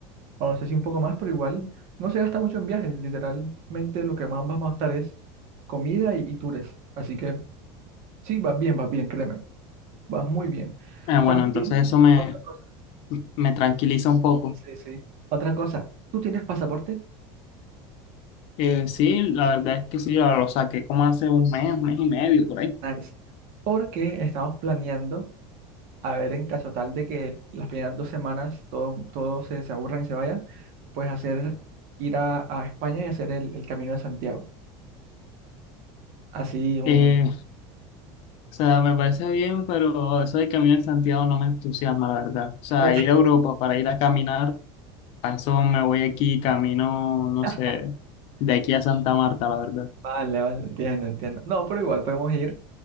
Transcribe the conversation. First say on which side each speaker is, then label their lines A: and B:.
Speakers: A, on the right; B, on the left.
A: o no sé si un poco más, pero igual no se gasta mucho en viajes, literalmente lo que más vamos a estar es comida y, y tours, así que sí, vas bien, vas bien, créeme, vas muy bien.
B: Eh, bueno,
A: También,
B: entonces eso me,
A: otra cosa,
B: me tranquiliza un poco.
A: sí, sí, otra cosa, ¿tú tienes pasaporte?
B: Eh, sí, la verdad es que sí, lo lo saqué como hace un mes, un mes y medio por ahí.
A: Nice. porque estamos planeando, a ver, en caso tal de que las primeras dos semanas todos todo todo se, se aburran y se vayan, pues hacer, ir a, a España y hacer el, el Camino de Santiago. Así un...
B: Eh, O sea, me parece bien, pero eso de caminar en Santiago no me entusiasma, la verdad. O sea,
A: no te-
B: ir a Europa para ir a caminar, para eso me voy aquí, camino, no
A: <laughs>
B: sé, de aquí a Santa Marta, la verdad.
A: Vale, vale, entiendo, entiendo. No, pero igual podemos ir